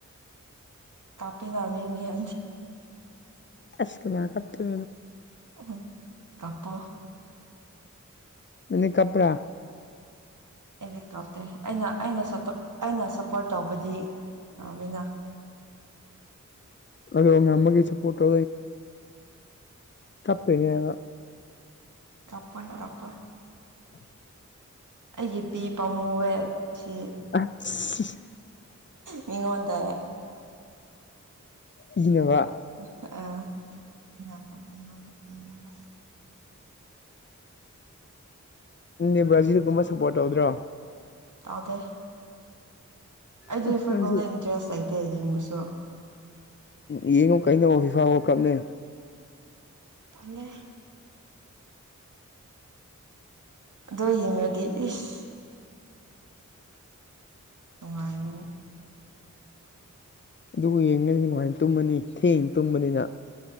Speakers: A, on the right (about 75°); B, on the left (about 40°).
A: ꯀꯥꯄꯦꯗꯃꯤ ꯃꯤ ꯌꯥ
B: ꯑꯁꯅꯥ ꯀꯞꯄ
A: ꯎ ꯀꯄꯣ
B: ꯑꯅꯤ ꯀꯄ꯭ꯔꯥ
A: ꯌꯦ ꯀꯞꯇꯦ ꯑꯩꯅ ꯑꯩꯅ ꯁꯣ ꯑꯩꯅ ꯁꯞꯄꯣꯔꯠ ꯇꯧꯕꯗꯤ ꯃꯤꯅ
B: ꯑꯗꯨꯗ ꯑꯃꯒꯤ ꯐꯣꯇꯣ ꯀꯞꯅꯤ ꯍꯥꯏ
A: ꯀꯄꯣꯏ ꯀꯄꯣꯏ
B: ꯎꯝ
A: ꯑꯩꯒꯤ ꯄꯤ ꯄꯥꯃꯨꯋꯦ ꯁꯤ
B: ꯑꯁ
A: ꯃꯤꯉꯣꯟ ꯗ
B: ꯏꯉ ꯋꯥ
A: ꯑ ꯏꯄꯥ ꯋꯥꯇꯕ
B: ꯅꯦ ꯕ꯭ꯔꯥꯖꯤꯜꯒꯨꯝꯕ ꯁꯞꯄꯣꯔꯠ ꯇꯧꯗ꯭ꯔꯣ
A: ꯇꯗꯤ ꯑꯩꯗꯤ
B: ꯑꯁ
A: ꯐꯨꯠꯕꯣꯜꯗ
B: ꯅꯪꯁꯨ
A: ꯏꯟꯇꯔꯦꯁ ꯂꯩꯇꯦ ꯌꯦꯡꯕꯁꯨ
B: ꯎ ꯌꯦꯡꯉꯣ ꯀꯩꯅꯣ ꯐꯐꯥ ꯀꯞꯅꯦ
A: ꯇꯂꯦ ꯑꯗꯣ ꯌꯦꯡꯉꯗꯤ ꯏꯁ ꯋꯥ
B: ꯑꯗꯨꯒ ꯌꯦꯡꯉꯅꯤꯅ ꯃꯥꯏꯅ ꯇꯨꯝꯃꯅꯤ ꯊꯦꯡ ꯇꯨꯝꯕꯅꯤꯅ